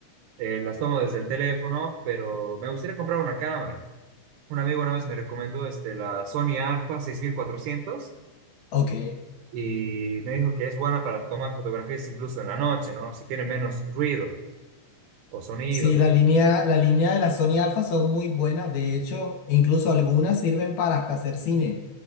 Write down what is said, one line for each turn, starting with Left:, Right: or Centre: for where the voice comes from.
Right: Eh, las tomo desde el teléfono, pero me gustaría comprar una cámara. Un amigo una vez me recomendó este, la Sony Alpha 6400
Left: Ok.
Right: y me dijo que es buena para tomar fotografías incluso en la noche, ¿no? O sea, tiene menos ruido o sonido.
Left: Sí,
Right: co-
Left: la línea, la línea de la Sony Alpha son muy buenas. De hecho, incluso algunas sirven para hasta hacer cine.